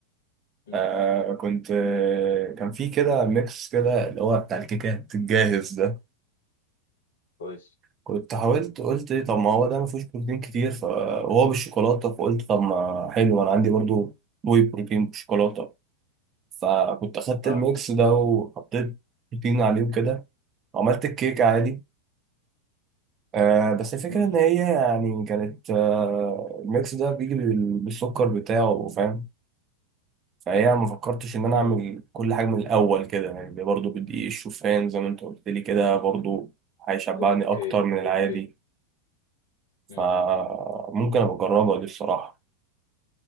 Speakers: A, on the left; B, on the right.
A: مم.
B: آه كنت آه كان في كده ميكس كده اللي هو بتاع الكيكات الجاهز ده
A: كويس
B: كنت حاولت قلت إيه، طب ما هو ده ما فيهوش بروتين كتير ف- وهو بالشوكولاته فقلت طب ما حلو انا عندي برضو واي بروتين بالشوكولاته فكنت اخدت
A: اه
B: الميكس ده وحطيت بروتين عليه وكده وعملت الكيكه عادي آه بس الفكرة
A: مم.
B: إن هي يعني كانت آه الميكس ده بيجي بال- بالسكر بتاعه فاهم فهي ما فكرتش إن أنا
A: مم.
B: أعمل كل حاجة من الأول كده يعني برضه بدقيق الشوفان زي ما أنت قلت لي كده برضه هيشبعني
A: اوكي
B: أكتر من العادي
A: اوكي
B: فممكن
A: مم.
B: أبقى أجربها دي الصراحة